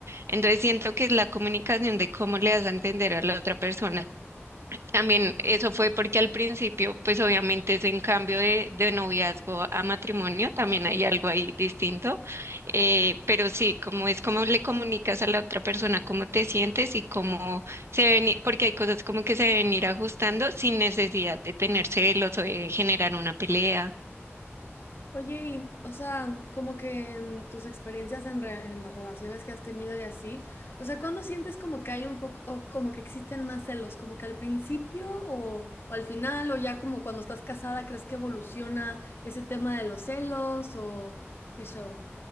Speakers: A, on the right; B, on the left.
A: Entonces siento que es la comunicación de cómo le das a entender a la otra persona también eso fue porque al principio, pues obviamente es en cambio de, de noviazgo a matrimonio, también hay algo ahí distinto, eh, pero sí, como es como le comunicas a la otra persona cómo te sientes y cómo se ven, i- porque hay cosas como que se deben ir ajustando sin necesidad de tener celos o de generar una pelea.
B: Oye, y, o sea, como que en tus experiencias en, re- en las relaciones que has tenido y así, o sea, ¿cuándo sientes como que hay un poco, o como que existen más celos? ¿Como que al principio o, o al final, o ya como cuando estás casada, crees que evoluciona ese tema de los celos o qué show?